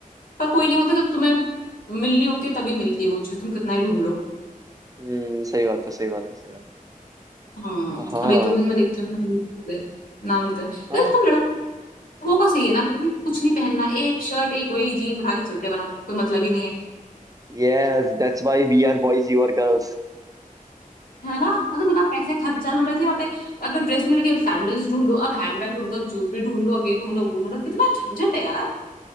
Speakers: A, on the left; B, on the right.
A: पर कोई नहीं बोलता जब तुम्हें मिलनी होती है तभी मिलती है वो चीज तुम कितना ही ढूंढ लो
B: हम्म सही बात है सही बात है सही बात है
A: हम्म
B: हाँ
A: अब एक दो दिन में देखती हूँ ना मिलते हैं, ना मिलते हैं।
B: हाँ
A: यार तुम लड़कों का सही है ना मतलब कुछ नहीं पहनना एक शर्ट एक वही जीन्स उठा के चलते बनो कोई मतलब ही नहीं है
B: Yes that's why we are boys you are girls
A: है ना मतलब बिना पैसे खर्चा हमें तो यहाँ पे अगर ड्रेस मिल गई अब सैंडल्स ढूंढो अब हैंडबैग ढूंढो अब ज्वेलरी ढूंढो अब ये ढूंढो वो ढूंढो कितना झंझट है यार